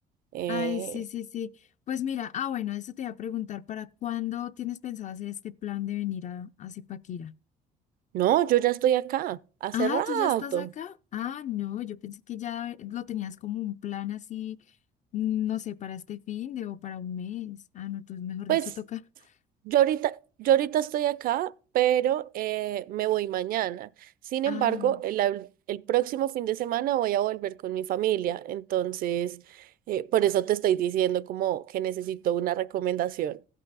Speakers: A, on the right; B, on the left.
A: Eh,
B: Ay, sí, sí, sí. Pues mira, ah, bueno, eso te iba a preguntar, ¿para cuándo tienes pensado hacer este plan de venir a, a Zipaquirá?
A: no, yo ya estoy acá, hace
B: Ah,
A: rato.
B: ¿tú ya estás acá? Ah, no, yo pensé que ya lo tenías como un plan así, mm, no sé, para este fin de o para un mes. Ah, no, tú mejor
A: Pues
B: dicho, toca. <laughs>
A: Yo ahorita, yo ahorita estoy acá, pero eh, me voy mañana. Sin
B: Ah.
A: embargo, el, al- el próximo fin de semana voy a volver con mi familia. Entonces, eh, por eso te estoy diciendo como que necesito una recomendación.